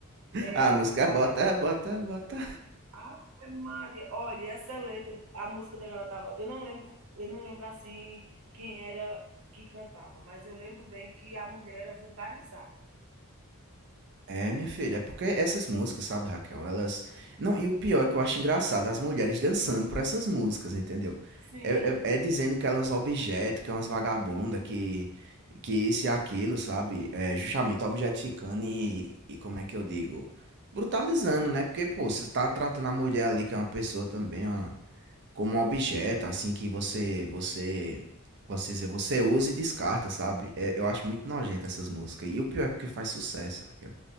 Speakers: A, on the right; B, on the right.
A: É,
B: A
A: a,
B: música
A: a
B: é bota,
A: letra
B: bota, bota
A: Ave Maria, olha, essa letra, a música da galera tava, eu não lembro, eu não lembro assim quem era que cantava, mas eu lembro bem que a mulher era vulgarizada.
B: É, minha filha, é porque essas músicas, sabe, Raquel, elas. Não, e o pior é que eu acho engraçado as mulheres dançando pra essas músicas, entendeu?
A: Sim,
B: É, é, é dizendo que elas são objetos, que elas umas vagabundas, que, que isso e aquilo, sabe? É justamente objetificando e, e como é que eu digo? Brutalizando, né? Porque, pô, você tá tratando a mulher ali, que é uma pessoa também, ó, como um objeto, assim, que você, você, posso dizer, você usa e descarta, sabe? É, eu acho muito nojento essas músicas. E o pior é porque faz sucesso, Raquel.